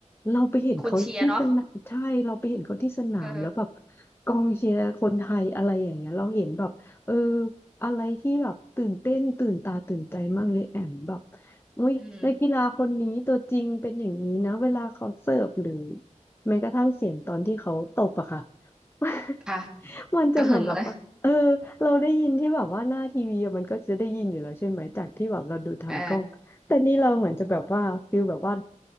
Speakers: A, on the left (about 20°); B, in the centre.
A: เราไปเห็นเขาที่สนามใช่เราไปเห็นเขาที่สนามแล้วแบบ
B: คนเชียร์เนาะเออ
A: กองเชียร์คนไทยอะไรอย่างเงี้ยเราเห็นแบบเอออะไรที่แบบตื่นเต้นตื่นตาตื่นใจมากเลยแอมแบบอุ้ยนักกีฬาคนนี้ตัวจริงเป็นอย่างนี้นะเวลาเขาเสิร์ฟหรือ
B: อืม
A: แม้กระทั่งเสียงตอนที่เขาตบอะค่ะ <laughs> <laughs>
B: ค่ะ
A: มันจะเหมือนแบบว่าเออ
B: กระหึ่มเลย
A: เราได้ยินที่แบบว่าหน้าทีวีอะมันก็จะได้ยินอยู่แล้วใช่ไหมจากที่แบบเราดูทางกล้องแต่นี่เราเหมือนจะแบบว่าฟิลแบบว่า
B: เออ